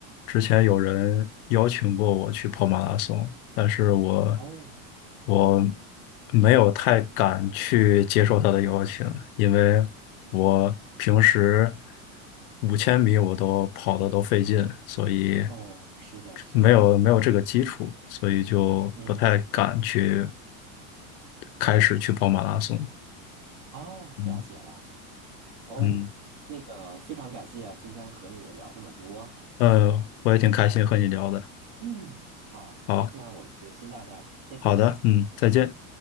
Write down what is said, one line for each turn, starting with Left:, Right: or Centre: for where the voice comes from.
Left: 之前有人邀请过我去跑马拉松，但是我
Right: 哦
Left: 我没有太敢去接受他的邀请，因为我平时五千米我都跑的都费劲，所以
Right: 哦，是的，是的，
Left: 没有没有这个基础，所以就不太敢去
Right: 嗯
Left: 开始去跑马拉松。
Right: 啊，
Left: 嗯。
Right: 了解了。哦，
Left: 嗯。
Right: 那个非常感谢今天和你聊这么多。
Left: 呃，我也挺开心和你聊的。
Right: 嗯，好，
Left: 好，
Right: 那我们就先到这儿，再见。
Left: 好的，嗯，再见。